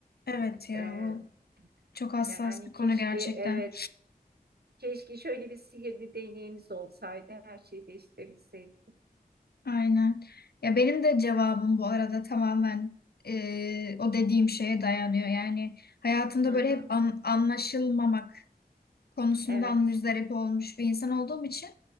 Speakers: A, on the left; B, on the right.
A: Evet ya
B: Ee,
A: bu çok hassas
B: yani
A: bir konu
B: keşke
A: gerçekten.
B: evet keşke şöyle bir sihirli deneyimiz olsaydı her şeyi değiştirebilseydik.
A: Aynen. Ya benim de cevabım bu arada tamamen e, o dediğim şeye dayanıyor. Yani hayatımda
B: Hı hı,
A: böyle hep an- anlaşılmamak konusundan
B: evet.
A: müzdarip olmuş bir insan olduğum için